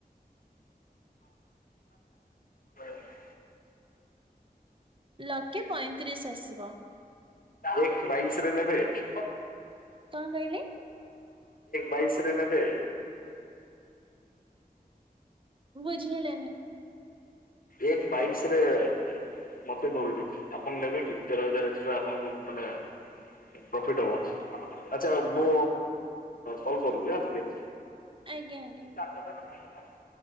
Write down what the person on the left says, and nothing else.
<inaudible> <unintelligible>
ଏକ୍ ବାଇଶିି ରେ ନେବେ। ଏକ୍
ବାଇଶିି ରେ ନେବେ।
ଏକ୍ ବାଇଶ୍ ରେ ମତେ ମିଳୁଚି। ଆପଣ ନେବେ କି ତେର ହଜାର ଏକ୍ଟ୍ରା ଆପଣଙ୍କୁ ମାନେ ପ୍ରଫିଟ୍ ହବ। ଆଚ୍ଛା ମୁଁ କଲ୍ କରୁଚି ଆଁ ଟିକେ।
<unintelligible>